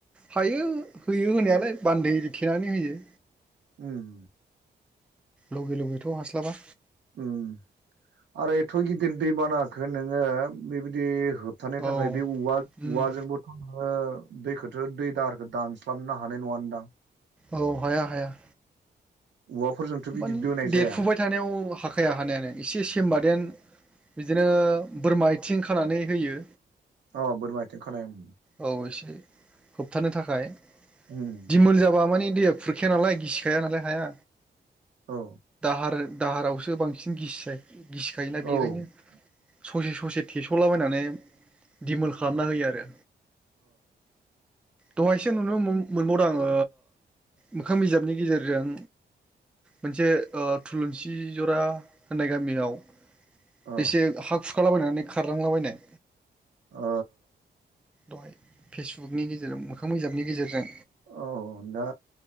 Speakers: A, in the centre; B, on the right.
A: हायो होयो होनायालाय बान्दै थेनानै होयो।
B: उम
A: लगे लगेथ' हास्लाबा
B: उम आरो एथ' गिदिर दै बानाखो नोङो बेबायदि होबथानो
A: औ
B: थाखाय बे औवा औवाजोंबोथ'
A: उम
B: नोङो दै‌ खौथ' दै दाहारखौ दानस्लाबनो हानाय नङा नोंदां?
A: औ हाया हाया
B: औवाफोरजोंथ' बिदि
A: माने
B: दोनाय
A: देरफुबाय
B: जाया
A: थानायाव हाखाया हानायालाय एसे सेमबादेन बिदिनो बोरमा आथिं खानानै होयो।
B: अ बोरमा आथिं खानाय उम
A: औ एसे होबथानो थाखाय
B: उम
A: दिमोल जाबा मानि दैया खुरखाया नालाय गिसिखाया नालाय हाया।
B: औ
A: आरो दाहारावसो बांसिन गिसि गिसिखायोना
B: औ
A: बेनिखायनो ससे ससे थेस'लाबायनानै दिमोल खालामना होयो आरो। दहायसो नुनो मोन मोनबावदां ओ मोखां बिजाबनि गेजेरजों मोनसे ओ थुलुंसि ज'रा होननाय गामियाव
B: औ
A: बेसे हा खुरखालाबायनानै खारलांलाबायनाय
B: ओ
A: दहाय फेसबुकनि गेजेरजों मोखां मोजाबनि गेजेरजों।
B: औ दा